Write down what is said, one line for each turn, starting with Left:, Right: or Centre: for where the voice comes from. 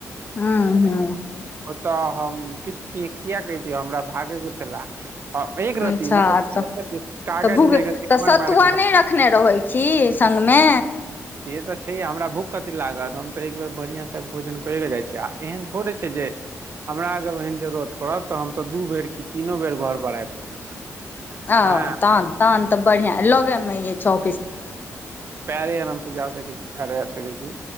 Left: हँ हँ
Right: ओतऽ हम किछु किया कतिय हमरा भागे के छला एक रती
Left: अच्छा
Right: मतलब
Left: तऽ
Right: कागज
Left: तऽ भूख
Right: मे एक रती
Left: तऽ
Right: मारि
Left: सतुआ
Right: मारि के
Left: नहि रखने रहैत छी अमे
Right: से तऽ छैय हमरा भूख कथी लागत हम तऽ एकबेर बढ़िआँसँ भोजन करऽ जाइ छी आर एहन थोड़े छैय जे हमरा अगर ओहन जरूरत पड़त तऽ हम तऽ दू बेर कि तीनो बेर घरपर आबि सकै छी।
Left: आ
Right: हँ
Left: तहन तहन तऽ बढ़ियां लगे में य छौ
Right: पैरे आराम से जा सकै छी परे आब सकै छी।